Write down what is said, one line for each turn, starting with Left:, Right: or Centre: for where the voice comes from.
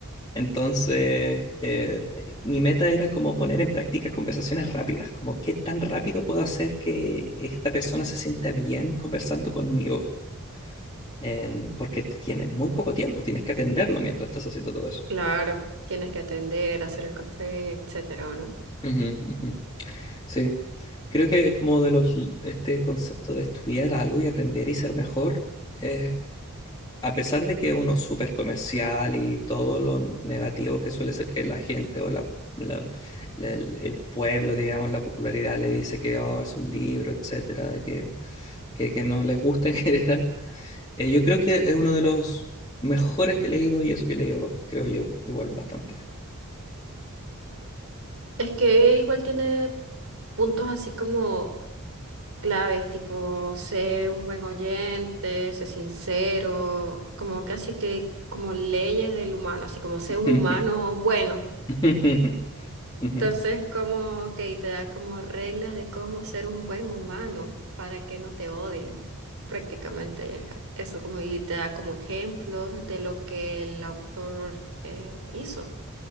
Left: Entonces, eh, mi meta era como poner en práctica conversaciones rápidas, como qué tan rápido puedo hacer que, que esta persona se sienta bien conversando conmigo, en- porque tienes muy poco tiempo, tienes que atenderlo mientras estás haciendo todo eso.
Right: Claro, tienes que atender, hacer el café, etcétera, ¿o no?
Left: Ujú, ujú. Sí, creo que es como de los, este concepto de estudiar algo y aprender y ser mejor, es a pesar de que uno es uno súper comercial y todo lo negativo que suele ser que la gente o la, la- la- el, el pueblo, digamos, la popularidad le dice que "Oh, es un libro, etcétera, y que, que, que no les gusta en <laughs> general, eh, yo creo que es uno de los mejores que he leído y eso que he leído, creo yo, igual bastante.
Right: Es que igual tiene puntos así como claves, tipo sé un buen oyente, sé sincero, como casi que como leyes del humano, así como sé
Left: <laughs>
Right: un humano bueno,
Left: Ujú, ujú,
Right: Entonces, como que te da como reglas de cómo ser un buen humano para que no te odien. Prácticamente es eso, como y te da como ejemplos de lo que el autor eh, hizo.